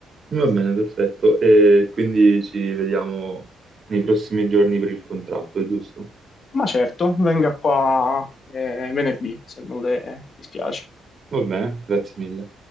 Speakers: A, on the right; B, on the left.
A: Va bene, perfetto. E quindi ci vediamo nei prossimi giorni per il contratto, giusto?
B: Ma certo, venga qua eh, venerdì, se non le dispiace.
A: Va bene, grazie mille.